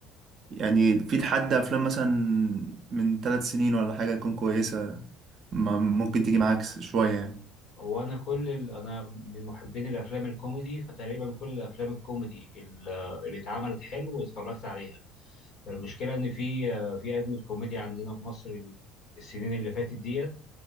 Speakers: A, on the right; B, on the left.
A: يعني في لحد افلام مثلا من ثلاث سنين ولا حاجه تكون كويسه ما ممكن تيجي معاك شويه يعني
B: هو انا كل ال... انا من محبين الافلام الكوميدي فتقريبا كل الافلام الكوميدي ال- آه، اللي اتعملت حلو واتفرجت عليها المشكله ان في آه، في ازمه كوميديا عندنا في مصر السنين اللي فاتت ديت